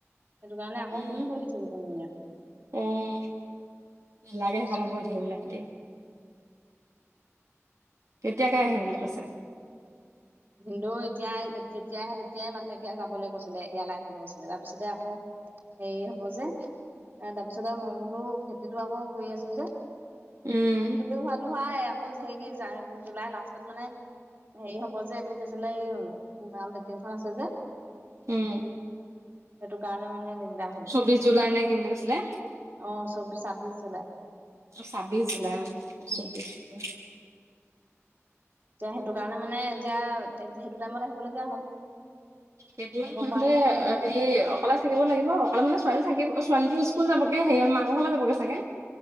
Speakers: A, on the right; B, on the right.
A: সেইটো কাৰণে আকৌ
B: উম
A: কোন বহি থাকিবনো ইয়াত।
B: উম। নেলাগে
A: ভাবিছো।
B: সেইকণত বহি থাকিবলৈ। <unintelligible> কেতিয়াকে আহিম বুলি কৈছে?
A: ভিনদেউ এতিয়া, যেতিয়া আহে তেতিয়াই মানে যাবলৈ কৈছিলে, ইয়ালৈ আহিবলৈ কৈছিলে। তাৰপিছতে আকৌ হেৰি হ'ব যে, তাৰপিছত আৰু মই বোলো খেতিটো আকৌ কৰি আছো যে।
B: উম
A: দুজন হোৱাটো হয়, আকৌ হে জুলাই লাষ্টত মানে হেৰি হ'ব যে <unintelligible> এই <unintelligible> মিটিংখন আছে যে।
B: উম।
A: সেইটো কাৰণে মানে দিগদাৰ। হ'ল
B: চৌবিশ জুলাই নে কি বুলি কৈছিলে?
A: অ চৌবিশ ছাব্বিশ জুলাই
B: ছাব্বিশ জুলাই অ, চৌবিশ জুলাই।
A: এতিয়া সেইটো কাৰণে মানে এতিয়া সেইটো টাইমত আহিবলগীয়া হ'ল।
B: কেইদিনমানে
A: আহিব পৰা হেতেন ভালে
B: হেৰি অকলে থাকিব লাগিব, অকলে মানে ছোৱালী থাকিব অ, ছোৱালীটো স্কুল যাবগে হেৰি মাকৰ ঘৰলে যাবগে চাগে।